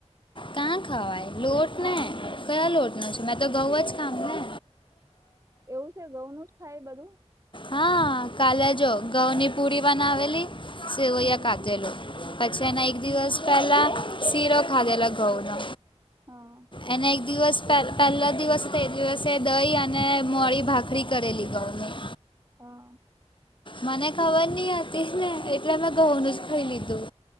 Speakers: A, on the left (about 45°); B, on the right (about 25°).
A: કાં ખાવાય લોટ ને કયા લોટ નો છું મેં તો ઘઉં જ ખામ ને
B: એવું છે ઘઉં નું જ થાય બધું
A: હા કાલે જો ઘઉ ની પૂડી બનાવેલી સેવયા
B: હમ
A: કાચલેલો પછી એના એક દિવસ પહેલા શીરો ખાધેલા ઘઉંનો
B: હા.
A: એને એક દિવસ પહેલા દિવસે તો એ દિવસે દહી અને મોડી ભાખરી કરેલી ઘઉં ની
B: હા.
A: મને ખબર નહિ હતી ને એટલે મેં બઉ ન જ ખાઈ લીધું